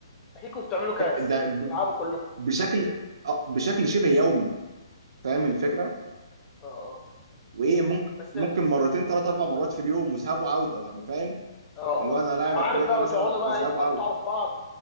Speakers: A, on the left; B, on the right.
A: اكيد كنتوا بتعملوا كاس
B: ك- ده ب-
A: تلعبوا كلكم
B: بشكل آه، بشكل شبه يومي فاهم
A: امم
B: الفكره
A: اه اه
B: وايه ممكن
A: بس
B: ممكن
A: اه
B: مرتين ثلاث اربع مرات في اليوم وذهاب وعوده يعني فاهم
A: اه
B: اللي هو انا لاعب
A: ما انا
B: اخويا
A: عارف بقى
B: ده مثلا
A: وتقعدوا بقى
B: ذهاب
A: إيه، تقطعوا
B: واوت
A: في بعض